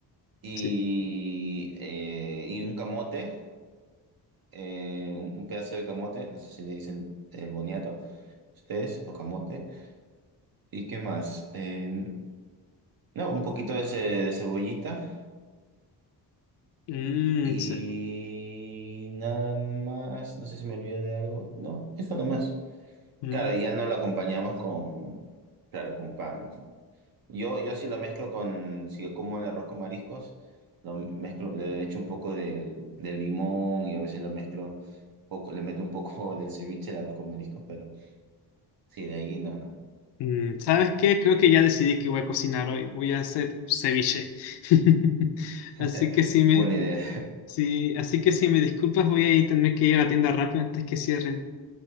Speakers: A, on the right; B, on the left.
A: y,
B: sí.
A: eh, y un camote. eh, un un pedazo de camote, no sé si le dicen eh, boniato, ustedes, o camote, y qué más, Eh, no, un poquito de, ce- de cebollita
B: Mm,
A: y
B: sí.
A: nada más, no sé si me olvido de algo, no, esto nomás.
B: Mm,
A: Claro, ya no lo acompañamos con, claro, con pan. Yo, yo sí lo mezclo con, si yo como el arroz con mariscos, lo mezclo, le echo un poco del, del limón y a veces lo mezclo, poco, le meto un poco <laughs> del ceviche, el arroz con mariscos, pero... Sí, de ahí no, no.
B: mm. ¿Sabes qué? Creo que ya decidí que voy a cocinar hoy. Voy a hacer ceviche. <laughs> Así
A: <laughs>
B: que sí me,
A: Buena idea.
B: Sí, así que si me disculpas, voy a ir- tener que ir a la tienda rápido antes que cierren.